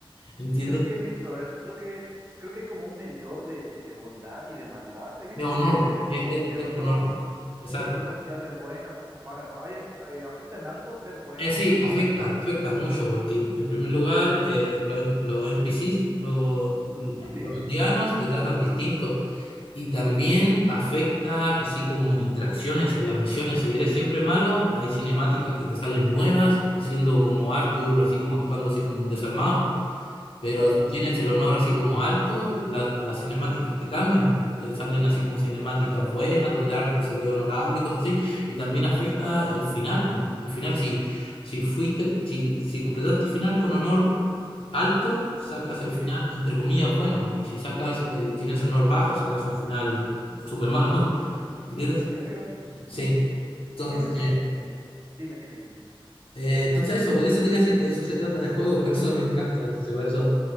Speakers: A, on the left (about 80°); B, on the right (about 30°).
A: ¿entiendes?
B: creo que he visto eso. Creo que, creo que hay como un medidor de, de bondad y de maldad. He visto
A: De honor,
B: que tiene como
A: es, es-
B: de
A: es
B: honor,
A: honor, exacto.
B: de cosas si haces buena, cosas malas, ¿no? ¿Hay, eh, afecta en algo ser bueno
A: Eh, sí,
B: o ser malo
A: afecta,
B: en el juego?
A: afecta mucho porque en primer lugar eh, los, en- los NPCs, los, los
B: Sí,
A: indianos te tratan distinto y también afecta así como interacciones en las misiones. Si eres siempre malo, hay cinemáticas que te salen nuevas, haciendo como Arthur, así como actuando así como un desalmado. Pero
B: claro.
A: si tienes el honor así como alto, la- las cinemáticas te cambian, pues. Te salen así como cinemáticas buenas, donde Arthur se ve honorable y cosas así. Y también afecta el final, pues. El final, si, si fuiste, si, si completaste el final con honor alto, sacas el final,
B: Sí,
A: entre comillas, bueno. Y si sacas, eh, y tienes honor bajo, sacas un final súper malo. <laughs> ¿Entiendes?
B: ¿en serio?
A: Sí. Entonces,
B: ¿Y qué es lo que...? Dime, dime, dime.
A: eh, entonces eso, eso te iba a decir, de eso se trata del juego y por eso me encanta. Entonces, por eso